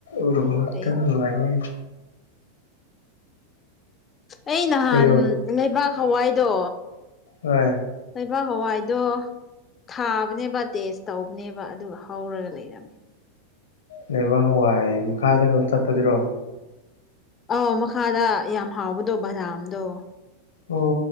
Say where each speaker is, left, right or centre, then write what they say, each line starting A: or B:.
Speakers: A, on the left; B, on the left.
A: ꯎꯔꯨꯝ
B: ꯐꯩ
A: ꯉꯛꯇ
B: ꯐꯩ
A: ꯅꯨꯡꯉꯥꯏꯌꯦ
B: ꯑꯩ ꯅꯍꯥꯟ
A: ꯀꯩꯅꯣ
B: ꯂꯩꯕꯥꯛ ꯍꯋꯥꯏꯗꯣ
A: ꯍꯣꯏ
B: ꯂꯩꯕꯥꯛ ꯍꯋꯥꯏꯗꯣ ꯊꯥꯕꯅꯦꯕ ꯇꯦꯁ ꯇꯧꯕꯅꯦꯕ ꯑꯗꯨꯒ ꯍꯧꯔꯒ ꯂꯩꯔꯝꯃꯦ
A: ꯂꯩꯕꯥꯛ ꯍꯋꯥꯏ ꯃꯈꯥꯗ ꯑꯗꯨꯝ ꯆꯠꯄꯗꯨꯔꯣ
B: ꯑꯥꯎ ꯃꯈꯥꯗ ꯌꯥꯝ ꯍꯥꯎꯕꯗꯣ ꯕꯗꯥꯝꯗꯣ
A: ꯑꯣ